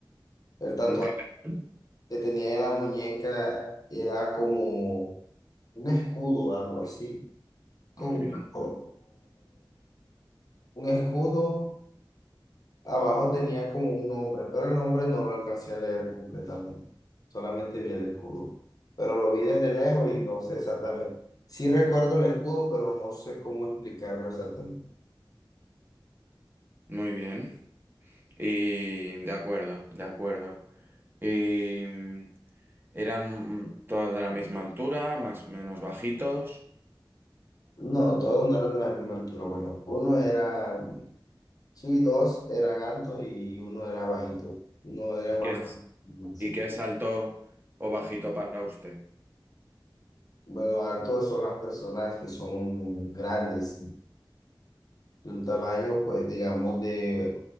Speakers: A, on the left (about 45°); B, on the right (about 25°).
A: El tatuaje
B: un kepecón.
A: que tenía en la muñeca era como un escudo, algo así, con,
B: Muy bien,
A: con un escudo Abajo tenía como un nombre, pero el nombre no lo alcancé a leer completamente. Solamente vi el escudo. Pero lo vi desde lejos y no sé exactamente. Sí recuerdo el escudo, pero no sé cómo explicarlo exactamente.
B: muy bien. Y de acuerdo, de acuerdo. Y mm, eran mm, todos de la misma altura, más o menos bajitos.
A: No, todos no eran de la misma altura. Bueno, uno era, sí, dos eran altos y uno era bajito. Uno era
B: ¿Y
A: más
B: qué es,
A: más-
B: y qué es alto o bajito para usted?
A: Bueno, altos son las personas que son grandes, de un tamaño, pues digamos, de,